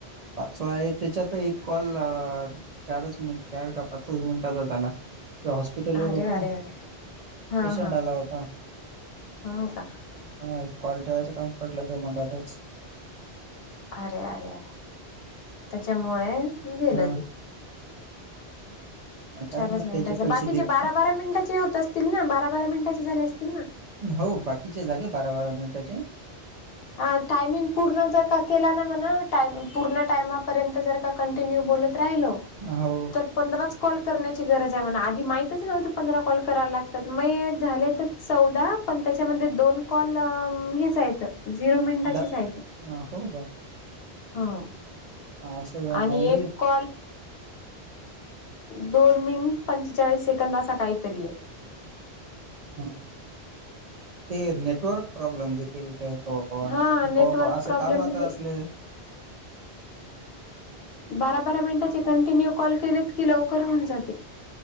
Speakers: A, on the right; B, on the left.
A: पाचवा आहे त्याच्यात एक कॉल चारच मि चार का पाचच मिनिटाचा झाला. ते हॉस्पिटल वर
B: अरे
A: होतो
B: अरे अरे हा
A: पेशंट
B: हा
A: आला होता.
B: हो का.
A: हा क्वाल ठेवा्हायचं कम पटलं ते मलाातच
B: अरे अरे अरे त्याच्यामुळे गेलं
A: हा
B: ती
A: काय
B: चारच
A: ना
B: मिनिटांचे
A: त्याचे पैसे
B: बाकीचे
A: देत
B: बारा बारा मिनिटाचे होत असतील ना बारा बारा मिनिटांचे झाले असतील ना.
A: हो बाकीचे झाले बारा बारा मिनिटाचे.
B: ह टायमिंग पूर्ण जर का केला ना म्हणा टाम पूर्ण टाइमा पर्यंत जर का कंटिन्यू बोलत राहिल.
A: हो.
B: तर पंधराच कॉल करण्याची गरज आहे म्ह आधी माहितचव्हं पंधरा कॉल कराय लाग. त्यात मय झाले तर चौदा पण त्याच्यामध्ये दोन कॉल हेच येत. झिरो मिनिटाचीच
A: द अ,
B: आहेत.
A: हो का
B: ह
A: असं का
B: आणि
A: नाही
B: एक क दोन मिनिट पंचेचाळीस सेकंद असा काहीतरी आहे.
A: ह ते नेटवर्क प्रॉब्लेम देतेथ. हो
B: हा नेटवर्क
A: असं
B: प्रॉब्लेम
A: कामत
B: म्हणजेच
A: असले.
B: बारा बारा मिनिटाचे कंटिन्यू कॉल केलेत की लवकर होऊन जाते.